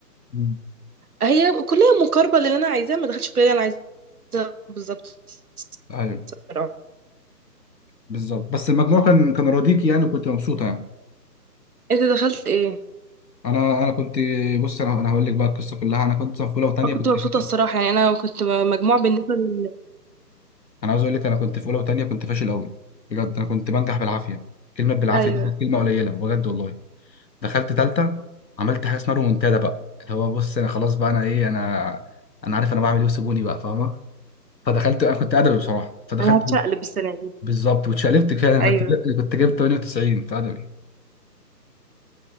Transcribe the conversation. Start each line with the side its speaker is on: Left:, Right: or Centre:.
Left: مم.
Right: هي كليه مقاربه للي انا عايزاه ما دخلتش الكليه اللي انا عايزاها بالظبط
Left: ايوه
Right: الصراحة.
Left: بالظبط بس المجموع كان كان راضيكي يعني وكنت مبسوطه يعني
Right: انت دخلت ايه
Left: انا انا كنت بص انا انا هقول لك بقى القصه كلها انا كنت في اولى وثانيه
Right: اه كنت
Left: كنت
Right: مبسوطه
Left: فاشل
Right: الصراحه يعني انا كنت مجموعه بالنسبه لل
Left: انا عاوز اقول لك انا كنت في اولى وثانيه كنت فاشل قوي بجد انا كنت بنجح بالعافيه كلمه بالعافيه
Right: ايوه
Left: دي كانت كلمه قليله بجد والله دخلت ثالثه عملت حاجه اسمها رومونتادا بقى اللي هو بص انا خلاص بقى انا ايه انا انا عارف انا بعمل ايه وسيبوني بقى فاهمه فدخلت انا كنت ادبي بصراحه فدخلت
Right: انا هتشقلب السنه دي
Left: بالظبط واتشقلبت كده انا
Right: ايوه
Left: كنت كنت جبت 98 في ادبي